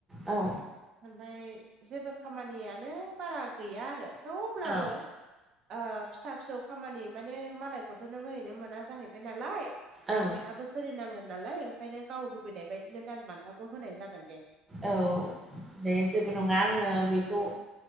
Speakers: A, on the right; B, on the right.
A: औ
B: ओमफ्राय जेबो खामानियानो बारा गैया आरो थेवब्लाबो
A: औ
B: फिसा फिसौ खामानि माने मालायखौथ नों ओरैनो मोना जाहैबाय नालाय
A: ओं
B: बेहाबो सोलिनांगोन नालाय ओंखायनो गाव लुगैनाय बायदि दान बान्थाखौ खौ होनाय जागोन दे
A: औ दे जेबो नङा आङो बेखौ